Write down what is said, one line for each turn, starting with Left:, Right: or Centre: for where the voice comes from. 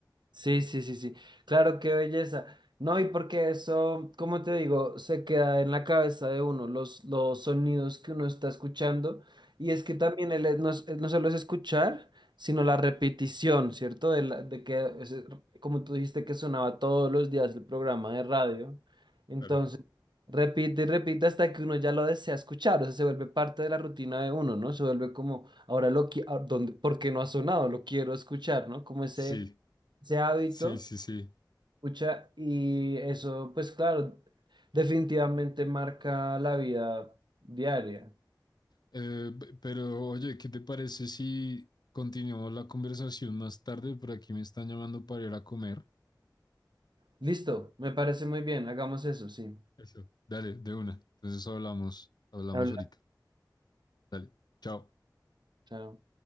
Right: Sí, sí, sí, sí. Claro, qué belleza. No, y porque eso, como te digo, se queda en la cabeza de uno, los, los sonidos que uno está escuchando. Y es que también el, eh, no, es- eh, no solo es escuchar, sino la repetición, ¿cierto? De, la- de que, ese- como tú dijiste que sonaba todos los días el programa de radio. Entonces,
Left: Claro.
Right: repite y repite hasta que uno ya lo desea escuchar. O sea, se vuelve parte de la rutina de uno, ¿no? Se vuelve como, ahora lo quiero, ¿por qué no ha sonado? Lo quiero escuchar, ¿no? Como ese
Left: Sí,
Right: ese hábito,
Left: sí, sí, sí.
Right: pucha, y eso, pues claro, definitivamente marca la vida diaria.
Left: Eh, p- pero oye, ¿qué te parece si continuamos la conversación más tarde? Por aquí me están llamando para ir a comer.
Right: Listo, me parece muy bien, hagamos eso, sí.
Left: Eso. Dale, de una. Entonces hablamos, hablamos
Right: Hablar.
Left: ahorita. Dale, chao.
Right: Chao.